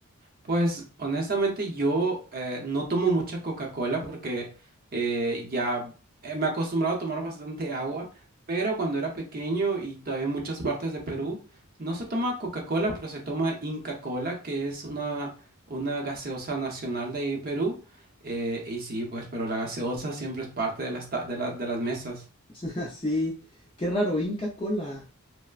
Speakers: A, on the right (about 40°); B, on the left (about 20°).
A: Pues honestamente yo eh, no tomo mucha Coca-Cola porque eh, ya eh, me he acostumbrado a tomar bastante agua, pero cuando era pequeño y todavía en muchas partes de Perú no se toma Coca-Cola, pero se toma Inca Kola, que es una, una gaseosa nacional de ahí de Perú. Eh, y sí, pues, pero la gaseosa siempre es parte de las, ta- de la- de las mesas.
B: <laughs> Sí, qué raro, Inca Cola.